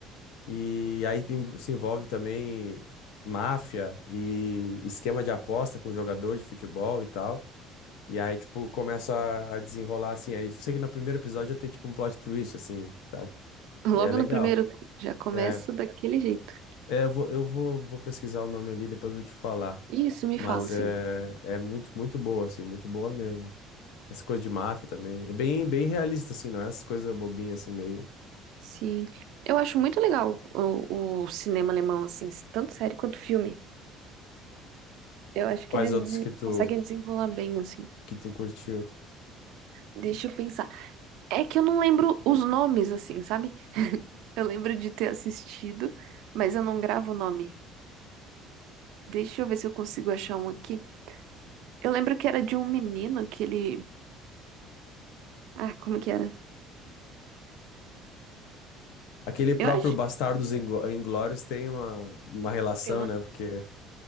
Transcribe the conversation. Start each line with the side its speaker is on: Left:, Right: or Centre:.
Left: E aí tem- se envolve também máfia e esquema de aposta com jogador de futebol e tal. E aí, tipo, começa a, a desenrolar, assim. Aí eu sei que no primeiro episódio já tem, tipo, um plot twist, assim, sabe?
Right: <laughs> Logo
Left: E é legal.
Right: no primeiro, já começa
Left: É.
Right: daquele jeito.
Left: É, eu vou, eu vou, vou pesquisar o nome ali, depois eu te falar.
Right: Isso, me
Left: Mas
Right: fala, assim.
Left: é, é muito, muito boa, assim, muito boa mesmo. Essa coisa de máfia também. É bem, bem realista, assim, não é essas coisas bobinhas, assim, meio.
Right: Sim. Eu acho muito legal o, o cinema alemão, assim, tanto série quanto filme. Eu acho
Left: Quais
Right: que eles
Left: outros
Right: dese-
Left: que tu,
Right: conseguem desenrolar bem, assim.
Left: que tu curtiu?
Right: Deixa eu pensar. É que eu não lembro os nomes, assim, sabe? Eu lembro de ter assistido, mas eu não gravo o nome. Deixa eu ver se eu consigo achar um aqui. Eu lembro que era de um menino que ele. Ah, como que era?
Left: Aquele próprio
Right: Eu acho
Left: Bastardos
Right: que
Left: Ingló- Inglórios tem uma, uma relação,
Right: tem uma.
Left: né? Porque